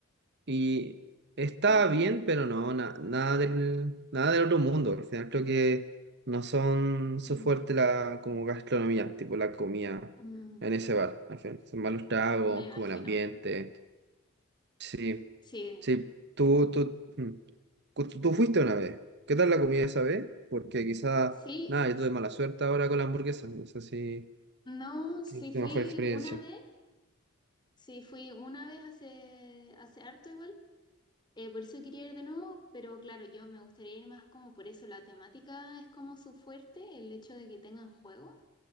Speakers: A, on the right (about 55°); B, on the left (about 20°).
A: Y está
B: uh,
A: bien, pero no, na- nada del, nada del otro mundo. Al final creo que no son su
B: mm,
A: fuerte la como gastronomía, tipo la comida
B: mm,
A: en ese bar. Al final son malos tragos,
B: me imagino,
A: como el ambiente. Sí,
B: sí.
A: sí. Tú, tú, mm. Cu- tú, tú fuiste una vez. ¿Qué tal la comida esa vez? Porque quizá,
B: Sí,
A: nada, yo tuve mala suerte ahora con la hamburguesa. No sé si,
B: no, sí
A: si tu
B: fui
A: mejor experiencia.
B: una vez Sí, fui una vez hace, hace harto igual, eh, por eso quería ir de nuevo, pero claro, yo me gustaría ir más como por eso, la temática es como su fuerte, el hecho de que tengan juego,